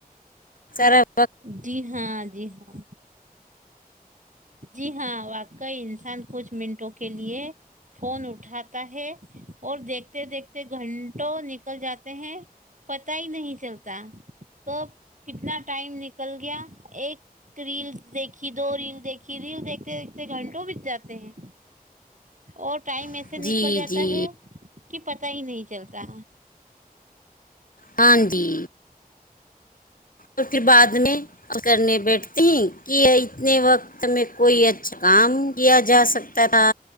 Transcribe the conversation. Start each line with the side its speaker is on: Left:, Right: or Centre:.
Left: چرا
Right: جی ہاں جی ہاں جی ہاں واقعی انسان کچھ منٹوں کے لیے فون اٹھا کر ہے اور دیکھتے دیکھتے گھنٹوں نکل جاتے ہیں پت ہی نہیں چلتا تو کتنا ٹائم نکل گیا ایک ریل دیک دیکھی دو ریل دیکھی ریل دیکھتے دیکھتے گھنٹوں بت جاتے ہیں اور ٹائم ایسے
Left: ہے
Right: نکل
Left: جی
Right: جاتا
Left: جی
Right: ہے کہ پ پت ہی نہیں چلتا
Left: ہاندی اور پھر بعد میں کرنے بیٹھتییں کہ اتنے وقتیں کوئی اچھا کام کیا جا سکتا تھا